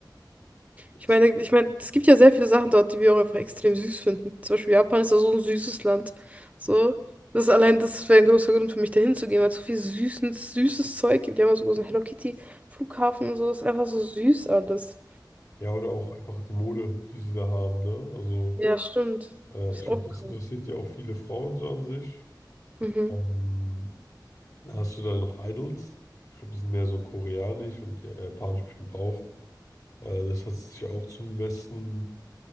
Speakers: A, on the left; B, on the right.
A: jetzt,
B: Ich meine, ich meine, es gibt ja sehr viele Sachen dort, die wir auch einfach extrem süß finden. Zum Beispiel Japan ist ja so ein süßes Land. So, das ist allein, das wäre ein großer Grund für mich, dahin zu gehen, weil es so viel süßes, süßes Zeug gibt. Die haben auch so einen Hello Kitty Flughafen und so. Das ist einfach so süß alles.
A: ja, oder auch einfach die Mode, die sie da haben, ne? Also,
B: Ja, stimmt.
A: äh,
B: Ist
A: ich
B: auch
A: glaube, das interessiert
B: cool.
A: ja auch viele Frauen so an sich.
B: Mhm.
A: Ähm, Na, Hast du da noch Idols? Ich glaube, die sind mehr so koreanisch und ja- japanisch bestimmt auch. Äh, das hat sich ja auch zum Westen